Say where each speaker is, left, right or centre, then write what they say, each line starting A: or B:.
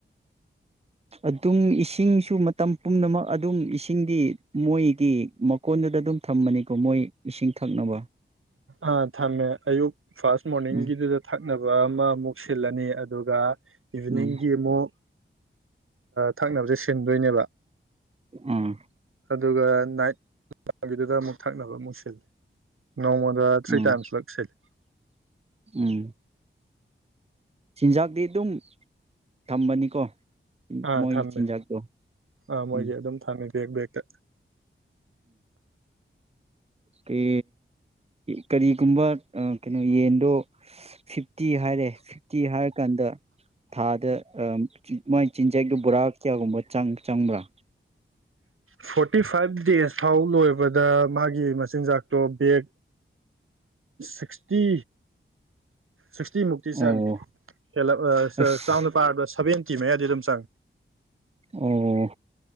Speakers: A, on the right (about 30°); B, on the right (about 75°).
A: ꯑꯗꯨꯝ ꯏꯁꯤꯡꯁꯨ ꯃꯇꯝ ꯄꯨꯝꯅꯃꯛ ꯑꯗꯨꯝ ꯏꯁꯤꯡꯗꯤ ꯃꯣꯏꯒꯤ ꯃꯀꯣꯟꯗꯨꯗ ꯑꯗꯨꯝ ꯊꯝꯃꯅꯤꯀꯣ ꯃꯣꯏ ꯏꯁꯤꯡ ꯊꯛꯅꯕ
B: ꯑꯥ ꯊꯝꯃꯦ ꯑꯌꯨꯛ ꯐꯥꯔꯁ ꯃꯣꯔꯅꯤꯡꯒꯤꯗꯨꯗ
A: ꯎꯝ
B: ꯊꯛꯅꯕ ꯑꯃ ꯑꯃꯨꯛ ꯁꯤꯜꯂꯅꯤ ꯑꯗꯨꯒ ꯏꯚꯅꯤꯡꯒꯤ
A: ꯎꯝ
B: ꯑꯃꯨꯛ ꯊꯛꯅꯕꯁꯦ ꯁꯤꯟꯗꯣꯏꯅꯦꯕ
A: ꯑꯥ
B: ꯑꯗꯨꯒ ꯅꯥꯏꯠꯒꯤꯗꯨꯗ ꯑꯃꯨꯛ ꯊꯛꯅꯕ ꯑꯃꯨꯛ ꯁꯤꯜꯂꯤ ꯅꯣꯡꯃꯗ ꯊ꯭ꯔꯤ
A: ꯎꯝ
B: ꯇꯥꯏꯝꯁꯂꯛ ꯁꯤꯜꯂꯤ
A: ꯎꯝ ꯆꯤꯟꯖꯥꯛꯇꯤ ꯑꯗꯨꯝ ꯊꯝꯕꯅꯤꯀꯣ
B: ꯑꯥ
A: ꯃꯣꯏ
B: ꯊꯝꯃꯦ
A: ꯆꯤꯟꯖꯥꯛꯇꯣ
B: ꯑꯥ ꯃꯣꯏꯁꯦ
A: ꯎꯝ
B: ꯑꯗꯨꯝ ꯊꯝꯃꯦ ꯦꯛꯇ
A: ꯀ ꯀꯔꯤꯒꯨꯝꯕ ꯀꯩꯅꯣ ꯌꯦꯟ ꯑꯗꯣ ꯐꯤꯐꯇꯤ ꯍꯥꯏꯔꯦ ꯐꯤꯐꯇꯤ ꯍꯥꯏꯔꯀꯥꯟꯗ ꯊꯥꯗ ꯃꯥꯏ ꯆꯤꯟꯖꯥꯛꯗꯨꯣ ꯕꯣꯔꯥ ꯀꯌꯥꯒꯨꯝꯕ ꯆꯪꯕ꯭ꯔꯥ
B: ꯐꯣꯔꯇꯤ ꯐꯥꯏꯚ ꯗꯦꯖ ꯐꯥꯎ ꯂꯣꯏꯕꯗ ꯃꯥꯒꯤ ꯃꯆꯤꯟꯖꯥꯛꯇꯣ ꯕꯦꯒ ꯁꯤꯛꯁꯇꯤ ꯁꯤꯛꯁꯇꯤ ꯃꯨꯛꯇꯤ ꯆꯪꯉ
A: ꯑꯣ
B: ꯍꯂ
A: ꯑꯁ
B: ꯆꯥꯎꯅ ꯄꯥꯔꯕ ꯁꯚꯦꯟ ꯃ ꯌꯥꯗꯤ ꯑꯗꯨꯝ ꯆꯥꯡ
A: ꯑꯣ